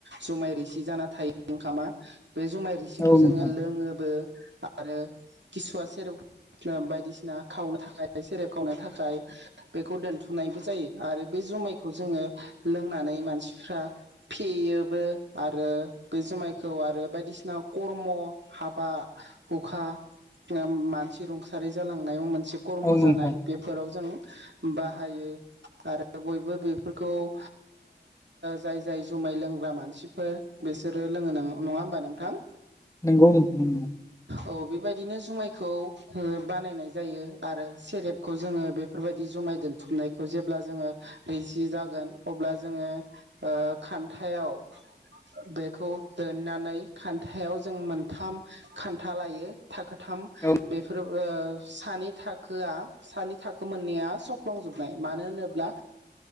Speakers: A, on the right; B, on the left.
A: जुमाय रिसि जाना थायो ओंखामा बे जुमाय सिखौ
B: औ
A: जोङो
B: नोंथां
A: लोङोबो आरो किसुआ सेरेब बायदिसिना खावनो थाखाय सेरेब खावनो थाखाय बेखौ दोनथुमनायबो जायो आरो बे जुमायखौ जोङो लोंनानै मानसिफ्रा फेयोबो आरो बे जुमायखौ आरो बायदिसिना कर्म हाबा हुखा मानसि रुंसारि जालांनायाव मोनसे मोनसे खर्म
B: औ नोंथां
A: जानाय बेफोराव जों बाहायो आरो बयबो बेफोरखौ ओ जाय जाय जुमाय लोंग्रा मानसिफोर बिसोरो लोङो न नङा होमबा नोंथां
B: नोंगौ नोंथां नंगौ
A: औ बेबायदिनो जुमायखौ बानायनाय जायो आरो सेरेबखौ जोङो बेफोरबायदि जुमाय दोनथुमनायखौ जेब्ला जोङो रिजि जागोन अब्ला जोङो खान्थायाव बेखौ दोननानै थायाव जों मोनथाम खान्था लायो थाखोथाम
B: औ
A: बेफोर ओ सानै थाखोआ सानि थाखो मोनैया सफ्लांजोबनाय मानो होनोब्ला